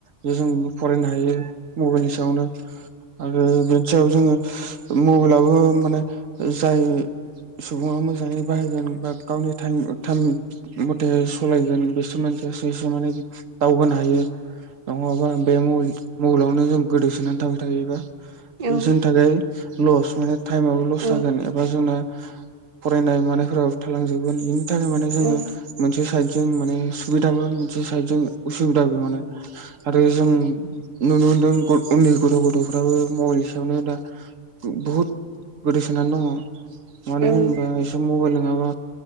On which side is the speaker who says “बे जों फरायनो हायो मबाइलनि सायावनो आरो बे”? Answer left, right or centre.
Right